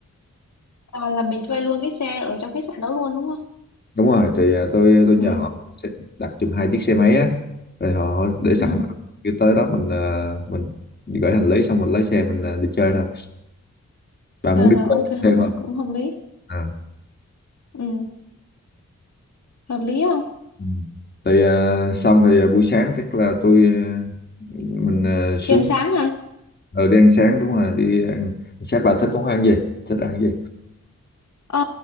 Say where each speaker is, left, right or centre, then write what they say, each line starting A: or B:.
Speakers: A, on the left; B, on the left.
A: À, là mình thuê luôn cái xe ở trong khách sạn đó luôn đúng không?
B: đúng rồi thì à, tôi à, tôi nhờ
A: ừ
B: họ sẽ đặt giùm hai chiếc xe máy á rồi họ họ để sẵn
A: ừ
B: kêu tới đó mình à, mình gửi hành lý xong mình lấy xe mình à, đi chơi thôi bà
A: Ờ,
B: muốn đi
A: rồi
B: chơi
A: ok hợp
B: xe không?
A: cũng hợp lý
B: à.
A: ừ, hợp lý không
B: ừ. thì à, xong thì à, buổi sáng tức là tôi à, mình à, xuống
A: thì sáng hả
B: ở đi ăn sáng đúng rồi đi ăn sáng bà thích món ăn gì thích ăn gì
A: Ờ,